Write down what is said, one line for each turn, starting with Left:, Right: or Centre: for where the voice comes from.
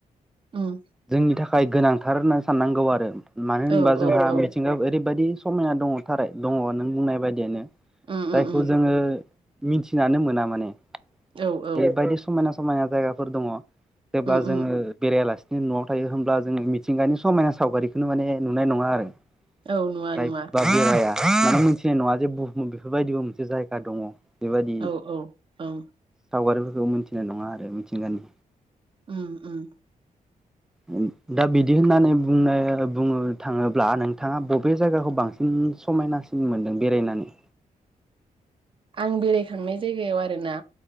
Right: उम
Centre: जोंनि थाखाय गोनांथार होनना साननांगौ आरो मानो होनबा
Right: औ औ
Centre: जोंहा
Right: औ
Centre: मिथिंगायाव ओरैबायदि समायना दङ थारै दङ नों बुंनाय बायदियानो
Right: उम उम
Centre: जायखौ
Right: उम
Centre: जोङो मिथिनानो मोना माने
Right: औ औ
Centre: बेबायदि समायना समायना जायगाफोर दङ जेब्ला
Right: उम
Centre: जोङो
Right: उम
Centre: बेरायालासिनो न'आव थायो होमब्ला जों मिथिंगानि समायना सावगारिखौनो माने नुनाय नङा आरो
Right: औ नुवा
Centre: जायफोरबा
Right: नुवा
Centre: बेराया माने मोनथिनाय नङा जे बुहुमाव बेफोरबायदिबो मोनसे जायगा दङ बेबायदि
Right: औ औ औ
Centre: सावगारिफोरखौ मोनथिनाय नङा आरो मिथिंगानि
Right: उम उम
Centre: उम दा बिदि होननानै बुंनो बुंनो थाङोब्ला नोंथाङा बबे जायगाखौ बांसि सिन समायनासिन मोनदों बेरायनानै
Right: आं बेरायखांनाय जायगायाव आरो ना